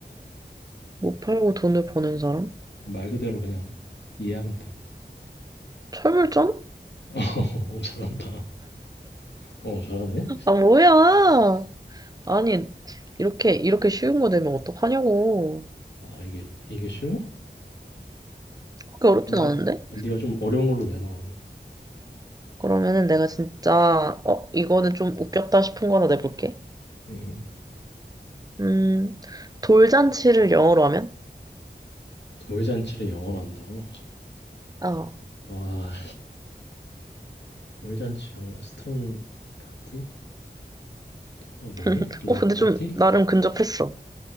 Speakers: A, on the right (about 20°); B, on the left (about 80°).
A: 못 팔고 돈을 버는 사람?
B: 말 그대로 그냥 이해하면 돼.
A: 철물점?
B: <laughs> 어, 잘한다. 어, 잘하네.
A: 아, 뭐야! 아니, 이렇게, 이렇게 쉬운 거 되면 어떡하냐고.
B: 아, 이게, 이게 쉬워?
A: 그렇게 어렵진
B: 네가,
A: 않은데?
B: 네가 좀 어려운 걸로 내봐, 그러면.
A: 그러면은 내가 진짜, 어, 이거는 좀 웃겼다 싶은 거 하나 내볼게.
B: 음. 음.
A: 음, 돌잔치를 영어로 하면?
B: 돌잔치를 영어로 한다고?
A: 어.
B: 와, 돌잔치 영어 스톤 파티? 어, 뭐지?
A: <laughs>
B: 락
A: 어, 근데
B: 파티?
A: 좀, 나름 근접했어.